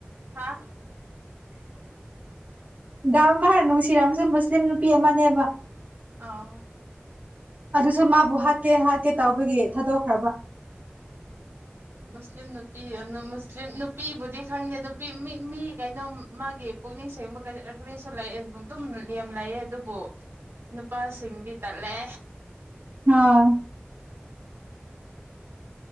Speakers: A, on the right (about 75°); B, on the right (about 40°).
A: ꯍꯥ
B: ꯑꯃꯔ ꯅꯨꯡꯁꯤꯔ ꯑꯃꯁꯨ ꯃꯨꯁꯂꯤꯝ ꯅꯨꯄꯤ ꯑꯃꯅꯦꯕ
A: ꯑꯥꯎ
B: ꯑꯗꯨꯁꯨ ꯃꯥꯕꯨ ꯍꯥꯠꯀꯦ ꯍꯥꯠꯀꯦ ꯇꯧꯕꯒꯤ ꯊꯥꯗꯣꯛꯈ꯭ꯔꯕ
A: ꯃꯁꯂꯤꯝ ꯅꯨꯄꯤꯁꯂꯤꯝ ꯅꯨꯄꯤꯕꯨꯗꯤ ꯈꯪꯗꯦ ꯑꯗꯨ ꯃꯤ ꯃꯤ ꯀꯩꯅꯣ ꯃꯥꯒꯤ ꯄꯨꯛꯅꯤꯡ ꯁꯦꯡꯕ ꯀ ꯀꯔꯤꯁꯨ ꯂꯩꯑꯦ ꯑꯗꯨꯝ ꯌꯥꯝꯦꯝ ꯂꯩꯑ ꯑꯗꯨꯕꯨ ꯅꯨꯄꯥꯁꯤꯡꯗꯤ ꯇꯠꯂꯦ
B: ꯑ